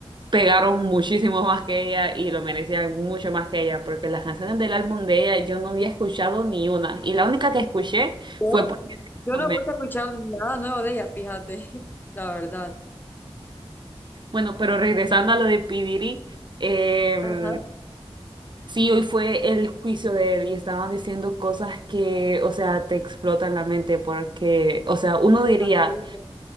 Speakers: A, on the right; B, on the left.
A: pegaron muchísimo más que ella y lo merecían mucho más que ella, porque las canciones del álbum de ella yo no había escuchado ni una, y la única que escuché
B: Yo,
A: fue porque se hizo
B: yo no
A: meme.
B: voy a escuchar nada nuevo de ella, fíjate, <laughs> la verdad.
A: Bueno, pero regresando a lo de Pidiri, eh,
B: Ajá.
A: Sí, hoy fue el juicio de él y estaban diciendo cosas que, o sea, te explotan la mente porque, o sea, uno diría,
B: La que dice,